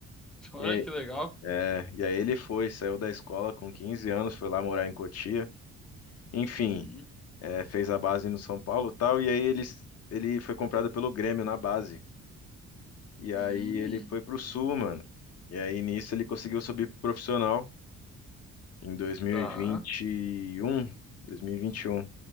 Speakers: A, in the centre; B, on the left (about 55°).
A: <laughs> Olha
B: E aí,
A: que legal.
B: é, e aí ele foi, saiu da escola com 15 anos, foi lá morar em Cotia. Enfim,
A: Uhum.
B: é, fez a base no São Paulo, e tal, e aí ele ele foi comprado pelo Grêmio na base. E aí
A: Uhum.
B: ele foi pro Sul, mano. E aí nisso ele conseguiu subir pro profissional em 2021.
A: Tá.
B: 2021.